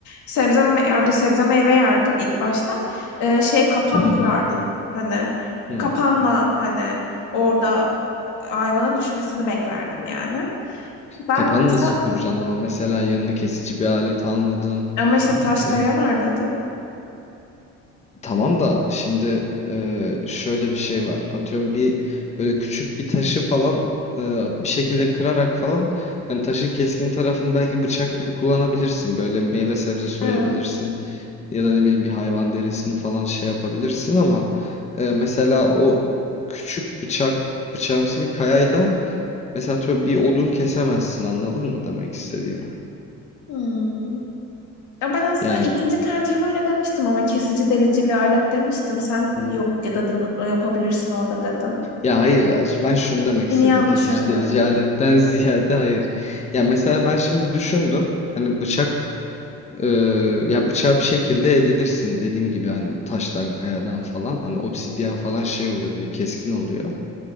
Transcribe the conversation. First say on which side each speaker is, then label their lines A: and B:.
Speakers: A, on the left; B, on the left.
A: Sebze, me- ya orada sebze meyve yerdin ilk başta. E, şey kapan
B: Hı hı.
A: kurardın. Hani
B: Hmm.
A: kapanla hani orada hayvana düşmesini beklerdin yani. Ben
B: Kapanı
A: mesela
B: nasıl kuracaksın ama mesela yanına kesici bir alet almadın.
A: ama işte taş kaya
B: Ee,
A: var dedim.
B: Tamam da şimdi e, şöyle bir şey var. Atıyorum bir böyle küçük bir taşı falan e, bir şekilde kırarak falan hani taşın keskin tarafını belki bıçak gibi kullanabilirsin. Böyle meyve sebze soyabilirsin
A: Evet.
B: ya da ne bileyim bir hayvan derisini falan şey yapabilirsin ama e, mesela o küçük bıçak bıçağımsı bir kayayla mesela atıyorum bir odun kesemezsin anladın mı demek istediğimi?
A: Hmm. Ya ben aslında
B: Yani.
A: ikinci tercihimi öyle demiştim ama kesici delici bir alet demiştim. Sen
B: Hı.
A: yok dedin yapabilirsin orada dedin.
B: Ya hayır ya ş- ben şunu demek
A: Beni
B: istedim.
A: yanlış
B: Kesici
A: yönlendirdin.
B: delici aletten <laughs> ziyade hayır. Ya mesela ben şimdi düşündüm. Hani bıçak e, ya bıçağı bir şekilde edinirsin dediğim gibi hani taştan kayadan falan hani obsidyen falan şey oluyor böyle keskin oluyor.